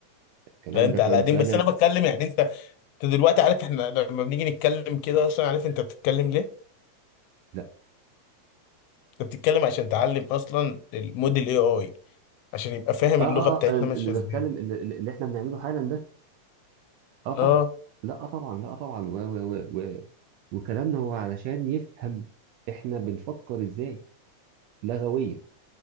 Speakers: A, on the right; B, on the left.
A: الكلام
B: لا انت
A: ده كان
B: على قديم
A: سنه
B: بس انا بتكلم يعني انت انت دلوقتي عارف احنا لما بنيجي نتكلم كده اصلا عارف انت بتتكلم ليه؟
A: لا
B: انت بتتكلم عشان تعلم اصلا الموديل اي اي عشان يبقى فاهم
A: اه اه
B: اللغه بتاعتنا
A: آه، أنا اللي
B: ماشيه ازاي
A: بتكلم اللي, اللي احنا بنعمله حالا ده اه طبعا
B: اه
A: لا آه طبعا لا آه طبعا و و و و وكلامنا هو علشان يفهم احنا بنفكر ازاي لغويا